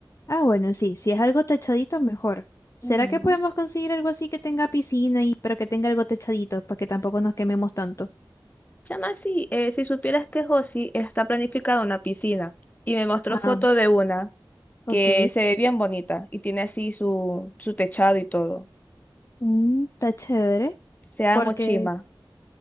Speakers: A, on the left; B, on the left.
A: Ah, bueno, sí, si es algo techadito, mejor. ¿Será
B: Ujú.
A: que podemos conseguir algo así que tenga piscina y pero que tenga algo techadito para que tampoco nos quememos tanto?
B: Chama, sí, eh, si supieras que Josie está planificada una piscina y me mostró
A: Ah,
B: foto de una que
A: ok.
B: se ve bien bonita y tiene así su, su techado y todo.
A: Mm, está chévere.
B: Se llama
A: Porque
B: Mochima.